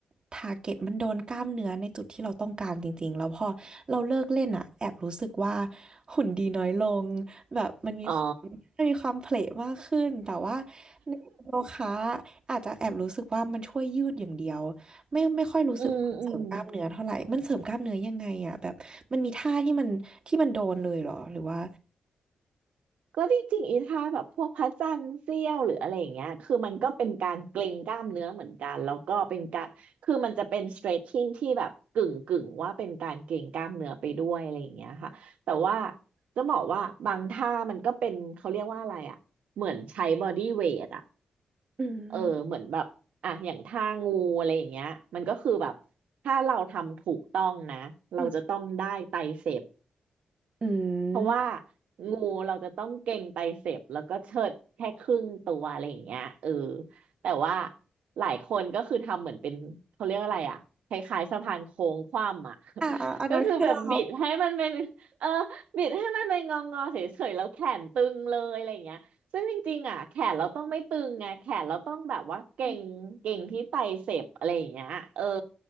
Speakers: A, on the right; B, on the right.
A: ทาร์เก็ตมันโดนกล้ามเนื้อในจุดที่เราต้องการจริงๆแล้วพอเราเลิกเล่นอะแอบรู้สึกว่าหุ่นดีน้อยลงแบบมันมีความ
B: อ๋อ
A: มันมีความเพลทมากขึ้นแต่ว่าในโยคะอาจจะแอบรู้สึกว่ามันช่วยยืดอย่างเดียว ไม่ไม่ค่อยรู้สึกว่ามันเสริมกล้ามเนื้อเท่าไหร่
B: อืมอืม
A: มันเสริมกล้ามเนื้อยังไงอ่ะแบบมันมีท่าที่มันที่มันโดนเลยเหรอหรือว่า
B: ก็จริงๆอีท่าแบบพวกพระจันทร์เสี้ยวหรืออะไรอย่างเงี้ยคือมันก็เป็นการเกร็งกล้ามเนื้อเหมือนกันแล้วก็เป็นการคือมันจะเป็น stretching ที่แบบกึ่งกึ่งว่าเป็นการเกร็งกล้ามเนื้อไปด้วยอะไรอย่างเงี้ยค่ะแต่ว่าจะบอกว่าบางท่ามันก็เป็นเขาเรียกว่าอะไรอ่ะเหมือนใช้ body weight อ่ะ
A: อืม
B: เออเหมือนแบบอ่ะอย่างท่างูอะไรอย่างเงี้ยมันก็คือแบบถ้าเราทำถูกต้องนะเราจะต้องได้ไตรเสพ
A: อืมอืม
B: เพราะว่างูเราจะต้องเก่งไตรเสพแล้วก็เชิดแค่ครึ่งตัวอะไรอย่างเงี้ยเออแต่ว่าหลายคนก็คือทำเหมือนเป็นเขาเรียกอะไรอ่ะคล้ายๆสะพานโค้งคว่ำอ่ะ
A: อ่าอันนั้นคือเรา
B: <laughs> ก็คือแบบบิดให้มันเป็นเออบิดให้มันเป็นงองอเฉยๆแล้วแขนตึงเลยอะไรอย่างเงี้ยซึ่งจริงๆอ่ะแขนเราต้องไม่ตึงไงแขนเราต้องแบบว่าเก่งเก่งที่ไตรเสพอะไรอย่างเงี้ยเออ
A: อ